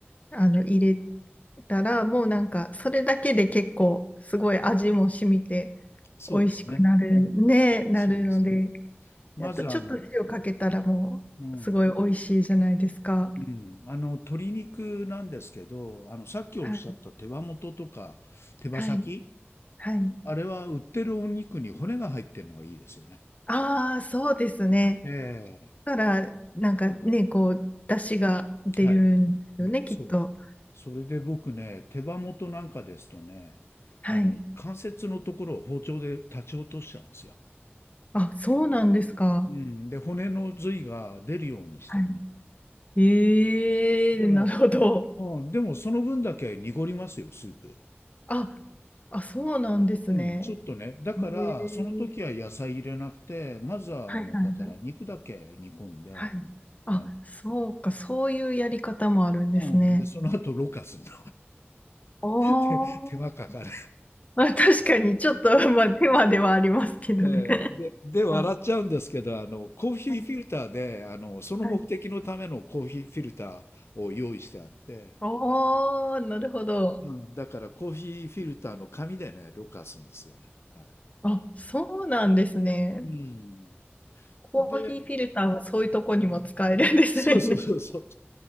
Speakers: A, on the left (about 35°); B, on the left (about 80°).
A: あの入れたら、もうなんかそれだけで結構すごい味も染みて
B: そうですね。
A: 美味しくなるね、なるので、
B: そうですね。まずあの、
A: あとちょっと塩かけたらもうすごい美味しいじゃないですか。
B: うん、うん、あの鶏肉なんですけど、あのさっきおっしゃった手羽元とか手羽先、
A: はい。はい。はい。
B: あれは売ってるお肉に骨が入ってるのがいいですよね。
A: ああ、そうですね。
B: え
A: から、なんかね、こう、出汁が出るんですよね、
B: え、はい。ね、
A: きっと。
B: そう。それで僕ね、手羽元なんかですとね、
A: はい。
B: あの関節のところを包丁で立ち落としちゃうんですよ。
A: あ、そうなんですか。
B: うん、で骨の髄が出るようにしてね。
A: はい。ええなるほど。
B: でも、うん、でもその分だけ濁りますよ、スープ。
A: あ、あ、そうなんですね。
B: うん、ちょっとね、だから、
A: ええ
B: その時は野菜入れなくて、まずは、
A: はいはいはい。
B: あの、だから肉だけ煮込んで、
A: はい。あ、
B: あの、
A: そうか、そういうやり方もあるんですね。
B: うん、で、その後、ろ過するの。
A: おー。
B: <laughs> 手、手間かかる。
A: まあ、確かに、ちょっと、<laughs> まあ、手間ではありますけどね。
B: <laughs> えーで、
A: <laughs>
B: で、笑っちゃうんですけど、
A: まあ、
B: あの、コーヒーフィルターで、
A: はい。
B: あの、その目的のためのコーヒーフィルターを用意してあって、
A: はい。おー、なるほど。
B: うん、だからコーヒーフィルターの紙でね、ろ過するんですよね。はい。
A: あ、そうなんですね。
B: うん。
A: コーヒーフィルターはそういうとこにも使えるんですね。
B: で、そうそうそうそう。